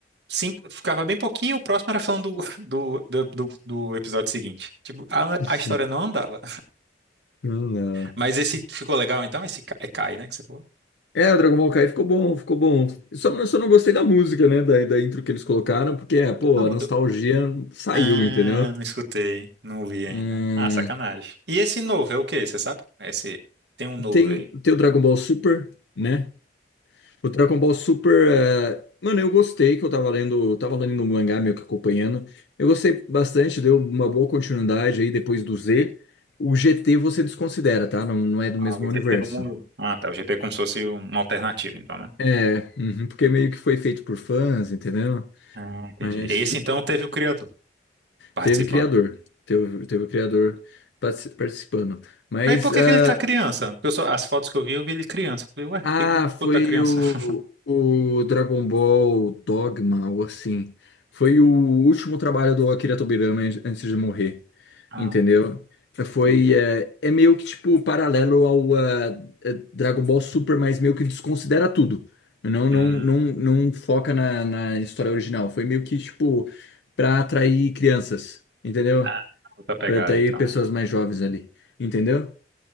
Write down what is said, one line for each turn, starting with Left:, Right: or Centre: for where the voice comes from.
Right: cinco, ficava bem pouquinho, o próximo era falando do, do, do, do- do episódio seguinte. Tipo, a,
Left: <laughs>
Right: a história não andava.
Left: Não, não.
Right: Mas esse ficou legal então? Esse Ca- é Kai, né, que você falou?
Left: É, o Dragon Ball Kai ficou bom, ficou bom. Só, não- só não gostei da música, né? Da, da intro que eles colocaram, porque, é, pô,
Right: Ah, mudou.
Left: a nostalgia saiu,
Right: Ah,
Left: entendeu?
Right: não escutei, não vi
Left: Hum,
Right: ainda. Ah, sacanagem. E esse novo é o quê? Você sabe? Esse tem um novo
Left: tem,
Right: aí.
Left: tem o Dragon Ball Super, né? O Dragon Ball Super, é, mano, eu gostei que eu tava lendo, tava lendo um mangá meio que acompanhando. Eu gostei bastante, deu uma boa continuidade aí depois do Z. O GT você desconsidera, tá? Não, não é do
Right: Ah,
Left: mesmo
Right: o
Left: universo.
Right: GT do mundo. Ah, tá. O GT é como se fosse uma alternativa, então, né?
Left: É, uhum, porque meio que foi feito por fãs, entendeu?
Right: Ah, entendi.
Left: Mas
Right: Esse
Left: tu-
Right: então teve o criador participando.
Left: teve criador, teve, teve criador partici- participando. Mas
Right: Aí por
Left: é,
Right: que que ele tá criança? Porque eu só- as fotos que eu vi, eu vi ele criança. Eu Falei, ué, por
Left: Ah,
Right: que que o Goku
Left: foi
Right: tá criança?
Left: o,
Right: <laughs>
Left: o Dragon Ball Dogma, ou assim. Foi o último trabalho do Akira Tobirama an- antes de morrer,
Right: Ah,
Left: entendeu? Eh, Foi,
Right: entendi.
Left: é, é meio que, tipo, paralelo ao eh, eh, Dragon Ball Super, mas meio que desconsidera tudo. Não,
Right: Hum.
Left: não, não, não foca na, na história original. Foi meio que, tipo, pra atrair crianças, entendeu?
Right: Ah, outra pegada,
Left: Pra atrair
Right: então.
Left: pessoas mais jovens ali, entendeu?